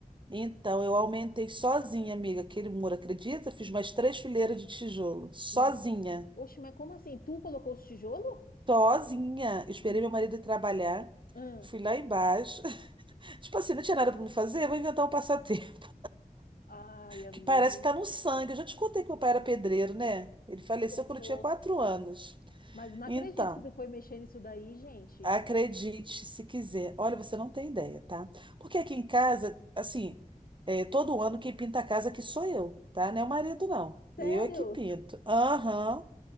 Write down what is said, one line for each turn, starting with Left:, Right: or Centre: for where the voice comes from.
Right: Então, eu aumentei sozinha, amiga, aquele muro, acredita? Fiz mais três fileiras de tijolo, sozinha,
Left: Não acredito. Oxe, mas como assim? Tu colocou os tijolos?
Right: sozinha. Eu Esperei
Left: Ni-
Right: meu marido ir trabalhar,
Left: Hã.
Right: fui lá embaixo. <laughs> Tipo assim, não tinha nada para me fazer, vou inventar um passatempo,
Left: Ai, amiga,
Right: que parece que tá no sangue. Eu já te contei que meu pai era pedreiro, né? Ele faleceu
Left: contou.
Right: quando eu tinha quatro anos.
Left: Mas não acredito
Right: Então.
Left: que tu foi mexer nisso daí, gente.
Right: Acredite, se quiser. Olha, você não tem ideia, tá? Porque aqui em casa, assim, é, todo ano quem pinta a casa aqui sou eu, tá? Não é o marido, não. Eu
Left: Sério?
Right: é que pinto. Aham.